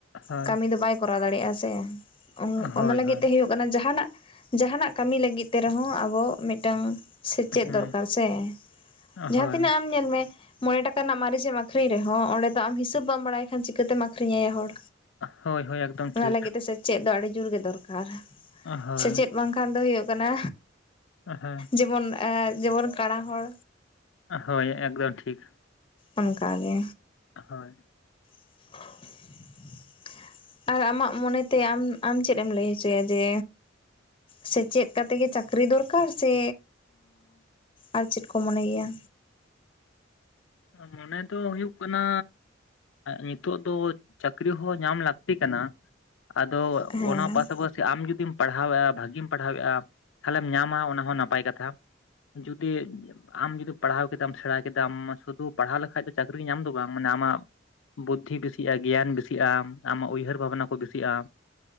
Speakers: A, on the left; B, on the left.
A: ᱦᱳᱭ
B: ᱠᱟᱹᱢᱤ ᱫᱚ ᱵᱟᱭ ᱠᱚᱨᱟᱣ ᱫᱟᱲᱮᱭᱟᱜᱼᱟ ᱥᱮ ᱚᱱᱟ
A: ᱦᱳᱭ
B: ᱞᱟᱹᱜᱤᱫ
A: ᱦᱳᱭ
B: ᱛᱮ ᱦᱳᱭᱳᱜ ᱡᱟᱦᱟᱱᱟᱜ ᱡᱟᱦᱟᱱᱟᱜ ᱠᱟᱹᱢᱤ ᱞᱟᱹᱜᱤᱫ ᱛᱮ ᱨᱮᱦᱚᱸ ᱟᱵᱚ ᱢᱤᱫᱴᱟᱝ ᱥᱮᱪᱮᱫ
A: ᱦᱩᱸ
B: ᱫᱚᱨᱠᱟᱨ ᱥᱮ ᱡᱟᱦᱟᱸ
A: ᱦᱳᱭ
B: ᱛᱤᱱᱟᱹᱜ ᱟᱢ ᱧᱮᱞ ᱢᱮ ᱢᱚᱬᱮ ᱴᱟᱠᱟ ᱨᱮᱱᱟᱜ ᱢᱟᱹᱨᱤᱪᱮᱢ ᱟᱠᱷᱨᱤᱧ ᱨᱮᱦᱚᱸ ᱚᱸᱰᱮ ᱫᱚ ᱟᱢ ᱦᱤᱥᱟᱹᱵ ᱵᱟᱢ ᱵᱟᱲᱟᱭ ᱠᱷᱟᱱ ᱪᱤᱠᱟᱹᱛᱮᱢ ᱟᱠᱷᱨᱤᱧ ᱟᱭᱟ ᱦᱚᱲ
A: ᱦᱳᱭ ᱦᱳᱭ ᱮᱠᱫᱚᱢ
B: ᱚᱱᱟ
A: ᱴᱷᱤᱠ
B: ᱞᱟᱹᱜᱤᱫ ᱛᱮ ᱥᱮᱪᱮᱫ ᱫᱚ ᱟᱹᱰᱤ ᱡᱳᱨ ᱜᱮ ᱫᱚᱨᱠᱟᱨ
A: ᱦᱳᱭ
B: ᱥᱮᱪᱮᱫ ᱵᱟᱝ ᱠᱷᱟᱱ ᱫᱚ ᱦᱩᱭᱩᱜ ᱠᱟᱱᱟ᱾
A: ᱚ ᱦᱮᱸ
B: ᱡᱮᱢᱚᱱ ᱡᱮᱢᱚᱱ ᱠᱟᱬᱟ ᱦᱚᱲ
A: ᱦᱳᱭ ᱮᱠᱫᱚᱢ ᱴᱷᱤᱠ
B: ᱚᱱᱠᱟᱜᱮ
A: ᱦᱳᱭ
B: <inaudible> ᱟᱨ ᱟᱢᱟᱜ ᱢᱚᱱᱮᱛᱮ ᱟᱢ ᱟᱢ ᱪᱮᱫ ᱮᱢ ᱞᱟᱹᱭ ᱦᱚᱪᱚᱭᱟ ᱡᱮ ᱥᱮᱪᱮᱫ ᱠᱟᱛᱮᱜ ᱜᱮ ᱪᱟᱹᱠᱨᱤ ᱫᱚᱨᱠᱟᱨ ᱥᱮ ᱟᱨ ᱪᱮᱫ ᱠᱚ ᱢᱚᱱᱮ ᱜᱮᱭᱟ?
A: ᱢᱚᱱᱮ ᱫᱚ ᱦᱩᱭᱩᱜ ᱠᱟᱱᱟ ᱱᱤᱛᱚᱜ ᱫᱚ ᱪᱟᱹᱠᱨᱤ ᱦᱚᱸ ᱧᱟᱢ ᱞᱟᱹᱠᱛᱤ ᱠᱟᱱᱟ ᱟᱫᱚ
B: ᱦᱮᱸ
A: ᱚᱱᱟ ᱯᱟᱥᱟᱯᱟᱥᱤ ᱥᱮ ᱟᱢ ᱡᱩᱫᱤᱢ ᱯᱟᱲᱦᱟᱣᱮᱫᱼᱟ ᱵᱷᱟᱹᱜᱤᱢ ᱯᱟᱲᱦᱟᱣᱮᱫᱼᱟ ᱛᱟᱦᱚᱞᱮᱢ ᱧᱟᱢᱟ ᱚᱱᱟ ᱦᱚᱸ ᱱᱟᱯᱟᱭ ᱠᱟᱛᱷᱟ ᱡᱩᱫᱤ ᱟᱢ ᱡᱩᱫᱤ ᱯᱟᱲᱦᱟᱣ ᱠᱮᱫᱟᱢ ᱥᱮᱬᱟ ᱠᱮᱫᱟᱢ ᱥᱩᱫᱩ ᱯᱟᱲᱦᱟᱣ ᱞᱮᱠᱷᱟᱱᱡ ᱫᱚ ᱪᱟᱹᱠᱨᱤ ᱧᱟᱢ ᱫᱚ ᱵᱟᱝ ᱢᱟᱱᱮ ᱟᱢᱟᱜ ᱵᱩᱫᱽᱫᱷᱤ ᱵᱮᱥᱤᱜᱼᱟ ᱜᱮᱭᱟᱱ ᱵᱮᱥᱤᱜᱼᱟᱢ ᱟᱢᱟᱜ ᱩᱭᱦᱟᱹᱨ ᱵᱷᱟᱵᱱᱟ ᱠᱚ ᱵᱮᱥᱤᱜᱼᱟ᱾